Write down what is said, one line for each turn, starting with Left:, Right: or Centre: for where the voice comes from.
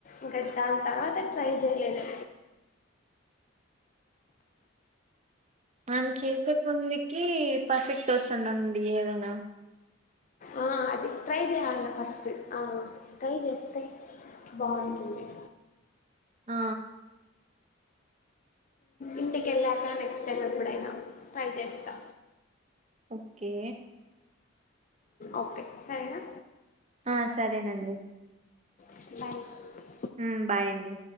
Left: ఇంకా దాని తర్వాత పై చేయలేదు
Right: అని చేసే కొందుకి పర్ఫెక్ట్ వస్తుందంండి ఏదైనా
Left: ఆ అది ట్రై చేయాల ఫస్ట్ ట్రై చేస్తే బాగుంటుంది
Right: ఆ
Left: ఇంటికి వెళ్ళాక నెక్స్ట్ టైం ఎప్పుడైనా ట్రై చేస్తా
Right: ఓకే
Left: ఓకే సరేనా
Right: ఆ సరేనండి
Left: లై
Right: ఆమ్ బాయ్ అండి